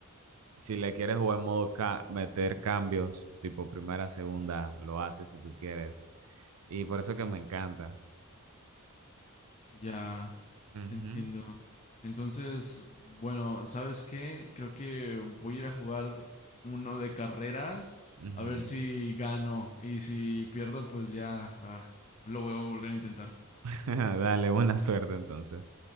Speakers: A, on the right; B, on the left.
A: Si le quieres jugar en modo ca- meter cambios, tipo primera, segunda, lo haces si tú quieres. Y por eso que me encanta.
B: Ya,
A: Ujú,
B: entiendo. Entonces, bueno, ¿sabes qué? Creo que voy a ir a jugar uno de carreras,
A: ujú.
B: a ver si gano y si pierdo, pues ya, ah, lo voy a volver a intentar.
A: <laughs> Dale, buena suerte entonces.